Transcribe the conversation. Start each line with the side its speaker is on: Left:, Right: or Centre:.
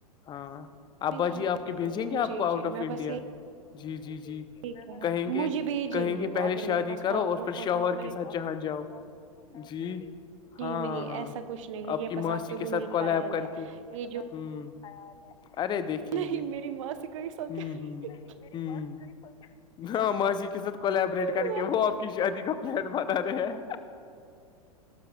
Left: ہاں
Right: میں
Left: ابا
Right: یہی
Left: جی آپ کے بھیجیں گے آپ
Right: جی
Left: کو آؤٹ
Right: جی
Left: آف
Right: میں
Left: انڈیا
Right: بس یہی
Left: جی جی جی
Right: ٹھیک ہے
Left: کہیں گے
Right: مجھے بھیجیں
Left: کہیں گے
Right: وہ
Left: پہلے
Right: اگر
Left: شادی
Right: میرے پاس
Left: کرو
Right: پاسپورٹ
Left: اور پھر
Right: ہوتا
Left: شوہر
Right: میں
Left: کے ساتھ جہاں جاؤ جی ہاں
Right: جی نہیں
Left: ہاں ہاں
Right: ایسا کچھ نہیں ہے،
Left: آپ
Right: یہ
Left: کی
Right: بس
Left: ماسی
Right: کا
Left: کے
Right: بھول
Left: ساتھ کال
Right: خیال
Left: آپ کر
Right: ہے
Left: کے ہ
Right: یہ جو
Left: ارے دیکھیں
Right: نہیں
Left: گے
Right: میری ماسی کو ایک ساتھ
Left: ہوں
Right: کیا
Left: ہ ہ نہ ماضی کے سات کولیبریٹ
Right: میری
Left: کر کے
Right: ماں
Left: وہ آپ کی شادی کا پلٹ بنا رہے ہیں